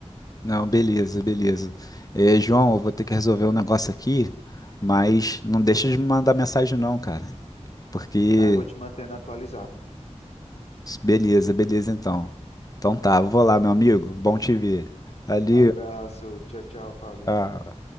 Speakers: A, on the left; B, on the left.
A: Não, beleza, beleza. É, João, eu vou ter que resolver um negócio aqui, mas não deixa de me mandar mensagem não, cara. Porque,
B: Tá, eu vou te mantendo atualizado.
A: beleza, beleza então. Então tá, vou lá, meu amigo. Bom te ver. Valeu.
B: Abraço, tchau, tchau, Fábio.
A: tchau.